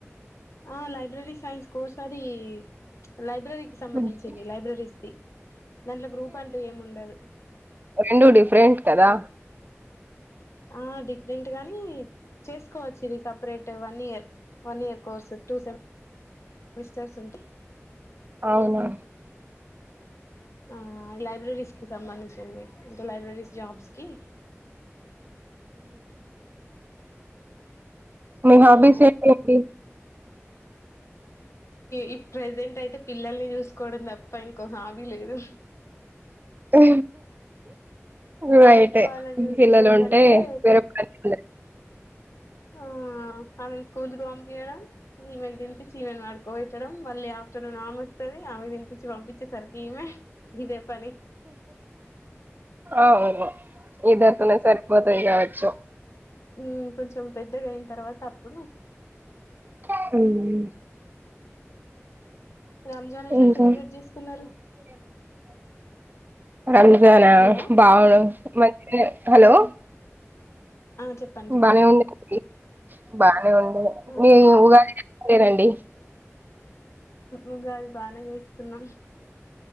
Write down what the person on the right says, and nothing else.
అంటే
రెండు డిఫరెంట్ కదా
అవునా
మహబస ఇ
ఆ రైట్
ఏ
పిల్లలు ఉంటే వేరే పని ఉండే
అవును ఇద్దరితోనే సరిపోతది కావొచ్చు
అవును
ఇంకా
<inaudible> రంజానా
బావును మంచి ఎ హలో
బానే ఉండే ది బానే ఉండే
మీ ఇ ఉగా లేే రండి